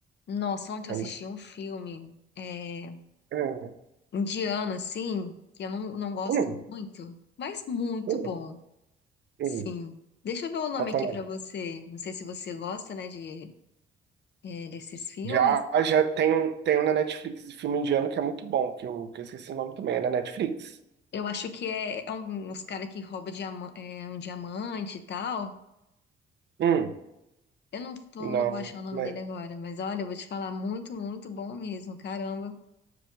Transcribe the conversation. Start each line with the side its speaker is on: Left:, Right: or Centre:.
Left: Nossa, ontem
Right: É
Left: eu assisti
Right: muito-
Left: um filme. é,
Right: é.
Left: indiano, assim, que eu não, não gosto
Right: Hum,
Left: muito, mas muito
Right: hum,
Left: bom,
Right: hum.
Left: sim. Deixa eu ver o nome
Right: Pra falar.
Left: aqui pra você. Não sei se você gosta, né, de, é, desses filmes.
Right: Já, já tem um, tem um na Netflix de filme indiano que é muito bom, que eu, que eu esqueci o nome também, é na Netflix.
Left: Eu acho que é, é um, uns caras que roubam diama- é, um diamante e tal.
Right: Hum,
Left: Eu não tô,
Right: não.
Left: não vou achar o nome
Right: né?
Left: dele agora, mas olha, eu vou te falar, muito, muito bom mesmo, caramba.